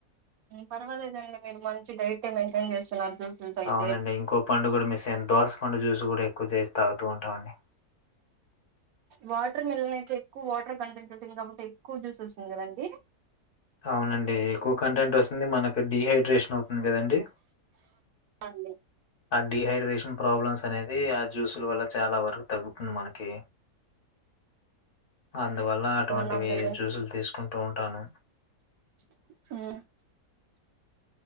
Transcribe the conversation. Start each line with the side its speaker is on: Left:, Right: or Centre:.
Right: పర్వాలేదండి మీరు మంచి డైటే మెయింటైన్ చేస్తున్నారు జ్యూసెస్ అయితే
Left: అవునండి ఇంకో పండుగ కూడా మిస్ దోసకొండ జ్యూస్ కూడా ఎక్కువ చేసి తాగుతూ ఉంటామండి
Right: వాటర్ మిల్న్ అయితే ఎక్కువ వాటర్ కంటెంట్ అయింది కాబట్టి ఎక్కువ జ్యూస్ వస్తుంది కదండి.
Left: అవునండి ఎక్కువ కంటెంట్ వస్తుంది మనకు డిహైడ్రేషన్ అవుతుంది కదండి
Right: అండి
Left: డిహైడ్రేషన్ ప్రాబ్లమ్స్ అనేది ఆ జ్యూస్ల వల్ల చాలా వరకు తగ్గుతుంది మనకి అందువల్ల అటువంటివి
Right: వన్ ఆఫ్ ద
Left: జ్యూసులు తీసుకుంటూ ఉంటాను
Right: మ్